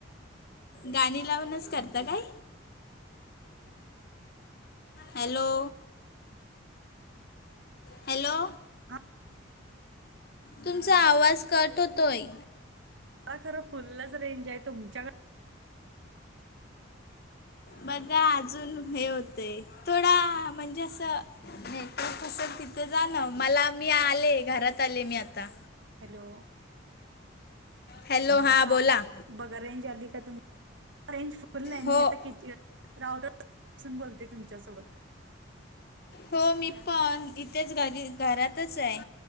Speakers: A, on the left; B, on the right.
A: गाणी लावूनच करतं काय हॅलो हॅलो
B: हा
A: तुमचा आवाज कट होतोय
B: हा खरं फुलच रेंज आहे तुमच्याकड
A: बघा अजून हे होतेय थोडा म्हणजे असं नाही त तस तिथे जाण मला मी आले घरात आले मी आता
B: हॅलो
A: हॅलो हां
B: हा
A: बोला
B: बघा रेंज आली का तुम रेंज फुल आहे
A: हो
B: मी आता किच राऊतून बोलते तुमच्यासोबत
A: हो मी पण इथेच घरी घरातच आहे